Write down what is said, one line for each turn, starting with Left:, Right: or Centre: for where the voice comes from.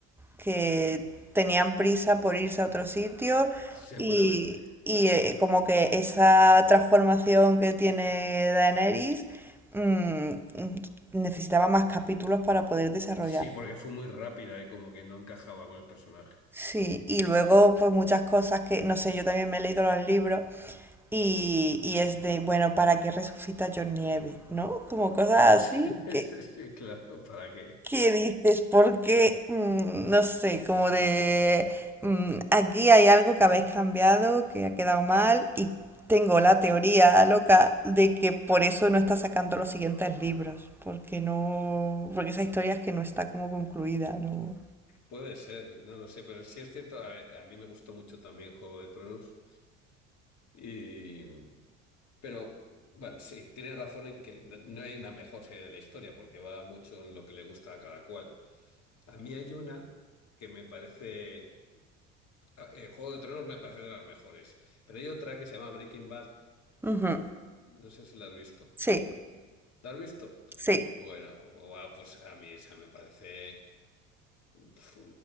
Centre: que tenían prisa por irse a otro sitio
Left: Seguramente.
Centre: y, y, eh, como que esa transformación que tiene Daenerys mm, mm, necesitaba más capítulos para poder desarrollar.
Left: Sí, porque fue muy rápida y como que no encajaba con el personaje.
Centre: Sí, y luego pues muchas cosas que, no sé, yo también me he leído los libros y, y es de, bueno, ¿para qué resucita John Nieve? ¿No? Como cosas
Left: <laughs>
Centre: así que,
Left: Sí, sí, sí, claro, para qué?
Centre: que dices, porque, mm, no sé, como de, mm, aquí hay algo que habéis cambiado, que ha quedado mal y tengo la teoría loca de que por eso no está sacando los siguientes libros, porque no, porque esa historia es que no está como concluida, ¿no?
Left: puede ser, no lo sé, pero sí es cierto, a, a mí me gustó mucho también Juego de Tronos y pero bueno, sí, tienes razón en que la- no hay una mejor serie de la historia porque va mucho en lo que le gusta a cada cual. A mí hay una que me parece a- eh, Juego de Tronos me parece de las mejores, pero hay otra que se llama Breaking Bad,
Centre: Ujú,
Left: no sé si la has visto.
Centre: Sí,
Left: ¿La has visto?
Centre: sí.
Left: Bueno, guau, pues a mí esa me parece Pf,